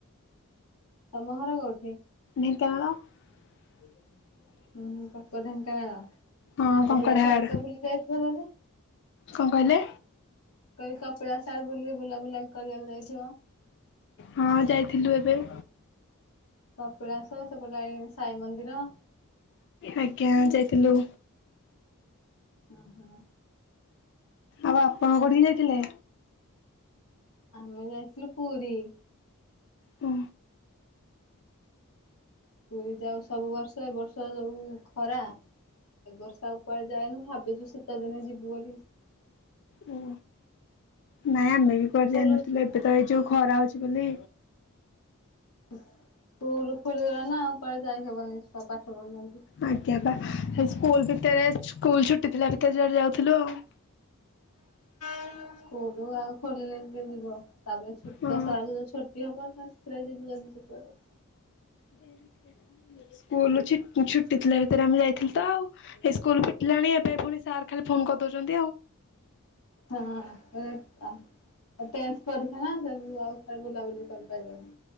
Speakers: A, on the left; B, on the left.
A: ତମ ଘର କୋଉଠି?
B: ଦେଙ୍କାନାଳ। <unintelligible>
A: ହୁଁ ପାପ <inaudible>
B: ହଁ
A: କପିଳାସ
B: କଙ୍କଡାହାଡ
A: ଆଡେ ତ ବୁଲିଯାଇ ଥିବନ ନା ହିଁ?
B: କଣ କହିଲେ?
A: କପିଳାସ ଆଡେ ବୁଲି ବୁଲାବୁଲା କରିବାକୁ ଯାଇଥିବ?
B: ହଁ ଯାଇଥିଲୁ ଏବେ।
A: କପିଳାସ ସେପଟେ ଜାଇ ସାଇ ମନ୍ଦିର।
B: ଆଜ୍ଞା ଯାଇଥିଲୁ।
A: ହୁଁ ହୁଁ।
B: ଆଉ ଆପଣ କଉଠିକି ଯାଇଥିଲେ?
A: ଆମେ ଯାଇଥିଲୁ ପୁରୀ।
B: ହୁ।
A: ପୁରୀ ଯାଉ ସବୁ ବର୍ଷ ଏ ବର୍ଷ ଯୋଉ ଖରା ଏ ବର୍ଷ ଆଉ କୁଆଡ ଯାଇନୁ ଭାବିଛୁ ଶୀତ ଦିନେ ଯିବୁ ବୋଲି।
B: ଓ ନାଇମେ ଆମେ ବି କୁଆଡେ
A: ସ୍କୁଲ
B: ଯାଇନଥିଲୁ ଏବେ ଏବେ ତ ଏଇ ଯୋଉ ଖରା ହୋଉଛି ବୋଲି
A: ସ୍କୁଲ ଖୋଲିଗଲାଣି ନା ଆଉ କୁଆଡେ ଯାଇ ହେବନି ଛୁଆ ପାଠ ପଢୁଛନ୍ତି।
B: ଆଜ୍ଞା ବା ସେ ସ୍କୁଲ ଭିତରେ ସ୍କୁଲ ଛୁଟି ଥିଲା ଭିତରେ ଯୁଆଡେ ଯାଉଥିଲୁ ଆଉ।
A: ହୁଁ ସ୍କୁଲ ଆଉ ଖୋଲିଲେ କିଏ ଯିବ। ତାପରେ ଛୁଟି
B: ହଁ
A: ଦଶରା ବେଳୁକୁ ଯଉ ଛୁଟି ହବ ନା ସେଥିରେ ଯିବୁ ଯିଦି ଯିବୁ ଆଉ।
B: ସିଏ ଯଦି ସେଇଟା ନେଲେ ସ୍କୁଲ ଛୂ ଛୁଟି ଥିଲା ଭିତରେ ଆମେ ଯାଇଥିଲୁ ତ ଆଉ। ଏଇ ସ୍କୁଲ ଫିଟିଲାଣି ଏବେ ପୁଣି ସାର୍ ଖାଲି ଫୋନ କରିଦଉଛନ୍ତି ଆଉ।
A: ହଁ ହଁ ଟେନ୍ଥ ପରିକ୍ଷା ନା ସବୁ ଆଉ କୁଆଡେ ବୁଲାବୁଲି କରିପାରିବନି।